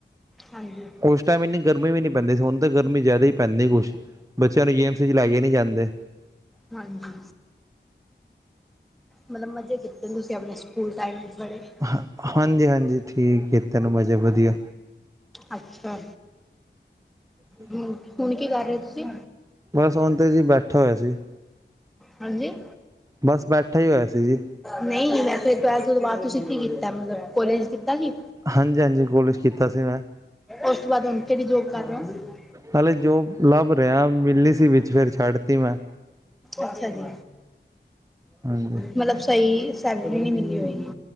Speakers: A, in the centre; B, on the right.
A: ਹਾਂਜੀ।
B: ਉਸ ਟਾਈਮ ਇੰਨੀ ਗਰਮੀ ਵੀ ਨਹੀਂ ਪੈਂਦੀ ਹੁਣ ਤਾਂ ਗਰਮੀ ਜ਼ਿਆਦਾ ਹੀ ਪੈਂਦੀ ਕੁਛ ਬੱਚਿਆਂ ਨੂੰ ਗੇਮਸ 'ਚ ਲੈ ਕੇ ਨਹੀਂ ਜਾਂਦੇ।
A: ਹਾਂਜੀ। ਮਤਲਬ ਮਜ਼ੇ ਕੀਤੇ ਤੁਸੀਂ ਆਪਣੇ ਸਕੂਲ ਟਾਈਮ ਵਿਚ ਬੜੇ।
B: ਹ ਹਾਂਜੀ ਹਾਂਜੀ ਠੀਕ ਹੈ ਤੈਨੂੰ ਮਜ਼ੇ ਵਧੀਆ।
A: ਅੱਛਾ।
B: ਹ <inaudible>
A: ਹਮ ਹੁਣ ਕੀ ਕਰ ਰਹੇ ਹੋ ਤੁਸੀਂ।
B: ਬਸ ਹੁਣ ਤੇ ਜੀ ਬੈਠਾ ਹੋਇਆ ਸੀ।
A: ਹਾਂਜੀ।
B: ਬਸ ਬੈਠਾ ਹੀ ਹੋਇਆ ਸੀ ਜੀ।
A: ਨਹੀਂ ਮੈ ਫੇ ਟਵੈਲਥ ਤੋਂ ਬਾਅਦ ਤੁਸੀਂ ਕੀ ਕੀਤਾ ਮਤਲਬ। ਕੋਲੇਜ ਕੀਤਾ ਸੀ
B: ਹਾਂਜੀ-ਹਾਂਜੀ ਕੋਲਜ ਕੀਤਾ ਸੀ ਮੈਂ
A: ਉਸ ਤੋਂ ਬਾਅਦ ਹੁਣ ਕਿਹੜੀ ਜੋਬ ਕਰ ਰਹੇ ਓ।
B: ਹਾਲੇ ਜੋ ਲੱਭ ਰਿਹਾ ਮਿਲਣੀ ਸੀ ਵਿੱਚ ਫਿਰ ਛੱਡ ਤੀ ਮੈਂ।
A: ਅੱਛਾ ਜੀ।
B: ਹਾਂਜੀ।
A: ਮਲਬ ਸਈ ਸੈਲਰੀ ਨੀ ਮਿਲੀ ਹੋਏਗੀ।